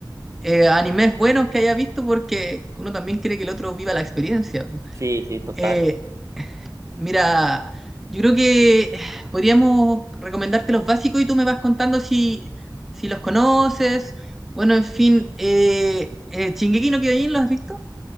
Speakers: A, in the centre; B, on the right.
A: eh, animes buenos que haya visto porque uno también quiere que el otro viva la experiencia.
B: Sí, sí, total.
A: Eh, mira, yo creo que eh, podríamos recomendarte los básicos y tú me vas contando si, si los conoces. Bueno, en fin, eh, eh, Shingeki no Kyojin, ¿lo has visto?